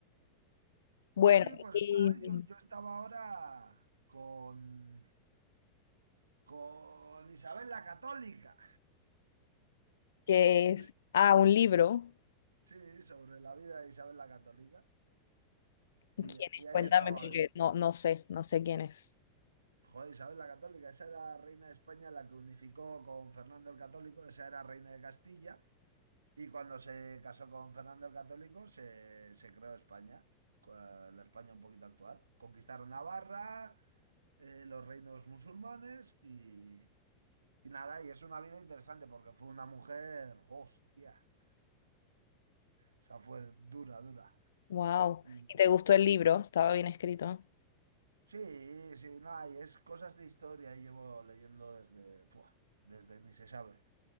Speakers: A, on the left; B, on the right.
A: Bueno,
B: Pues sí, pues
A: y
B: nada, yo, yo estaba ahora con, con Isabel la Católica.
A: que
B: Le-
A: es? Ah, un libro.
B: sí, sobre la vida de Isabel la Católica.
A: ¿Quién
B: Y, y
A: es?
B: ahí
A: Cuéntame,
B: estaba
A: porque
B: hoy.
A: no, no sé, no sé quién es.
B: Joder, Isabel la Católica, esa era reina de España la que unificó con Fernando el Católico, esa era reina de Castilla. Y cuando se casó con Fernando el Católico, se, se creó España, co- la España un poquito actual. Conquistaron Navarra, eh, los reinos musulmanes y, y nada, y es una vida interesante porque fue una mujer, hostia, esa fue dura, dura.
A: Wow.
B: Y-
A: ¿Y te gustó el libro? Estaba bien escrito.
B: sí, sí, nada, y es cosas de historia y llevo leyendo desde, puah, desde ni se sabe.